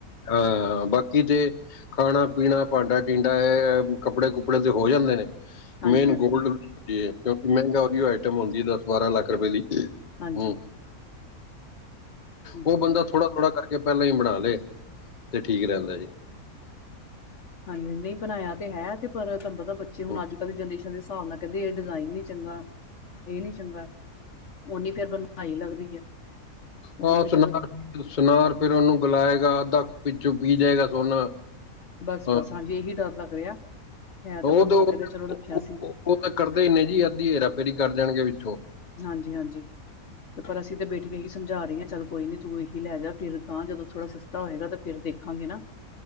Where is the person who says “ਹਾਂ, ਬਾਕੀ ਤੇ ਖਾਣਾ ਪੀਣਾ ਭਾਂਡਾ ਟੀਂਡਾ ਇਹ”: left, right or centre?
Left